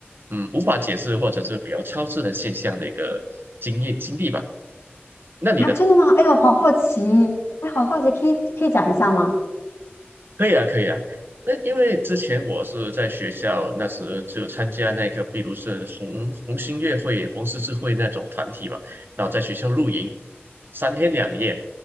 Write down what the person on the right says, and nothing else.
嗯，无法解释或者是比较超自然现象的一个经验经历吧。那你呢？
可以啊，可以啊。那因为之前我是在学校，那时就参加那个，比如是红红星乐会、红十字会那种团体嘛，然后在学校露营三天两夜，